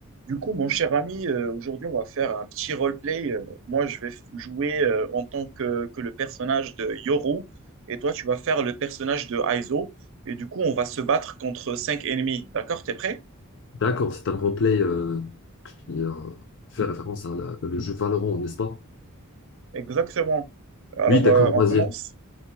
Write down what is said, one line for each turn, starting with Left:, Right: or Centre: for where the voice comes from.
Right: Du coup, mon cher ami, euh, aujourd'hui, on va faire un petit roleplay. Euh, Moi, je vais f- jouer euh, en tant que, que le personnage de Yoru et toi, tu vas faire le personnage de Aizo. Et du coup, on va se battre contre cinq ennemis. D'accord? T'es prêt?
Left: D'accord, c'est un roleplay euh, qui euh, fait référence à la- le jeu Valorant, n'est-ce pas?
Right: Exactement. Alors,
Left: Oui, d'accord,
Right: euh, on
Left: vas-y,
Right: commence?